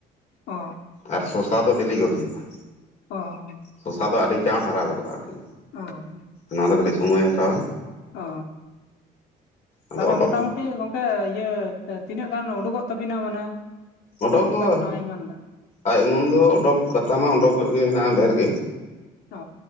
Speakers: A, on the left (about 80°); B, on the left (about 45°).
A: ᱚ
B: ᱟᱨ ᱥᱚᱥᱟ ᱫᱚ ᱰᱮᱞᱤ ᱜᱚᱫ ᱦᱩᱭᱩᱜᱼᱟ᱾
A: ᱚ
B: ᱥᱚᱥᱟ ᱫᱚ ᱟᱹᱰᱤ ᱪᱟᱬ ᱦᱟᱨᱟ ᱜᱚᱫᱚᱜᱼᱟ ᱟᱨᱠᱤ
A: ᱚ
B: ᱱᱚᱣᱟ ᱫᱚ
A: ᱦᱮᱸᱛᱚ
B: ᱠᱟᱹᱴᱤᱡ ᱥᱚᱢᱚᱭᱮ ᱦᱟᱛᱟᱣᱟ᱾
A: ᱚ
B: ᱟᱫᱚ
A: ᱛᱟᱦᱚᱞᱮ
B: ᱚᱰᱳᱠ
A: ᱢᱳᱴᱟᱼᱢᱳᱴᱤ ᱜᱚᱢᱠᱮ ᱤᱭᱟᱹ ᱛᱤᱱᱟᱹᱜ ᱜᱟᱱ ᱩᱰᱩᱠᱚᱜ ᱛᱟᱵᱮᱱᱟ ᱢᱟᱱᱮ
B: ᱩᱰᱚᱠ
A: ᱪᱮᱫᱠᱟ
B: ᱫᱚ
A: ᱵᱤᱱ ᱟᱭᱢᱟᱱ ᱮᱫᱟ
B: ᱟᱭᱩᱢᱚᱱ ᱫᱚ ᱚᱰᱚᱠ ᱠᱟᱛᱷᱟ ᱢᱟ ᱩᱰᱚᱠᱚᱜ ᱜᱮ ᱦᱮᱱᱟᱜᱼᱟ ᱰᱷᱮᱨ ᱜᱮ
A: ᱚ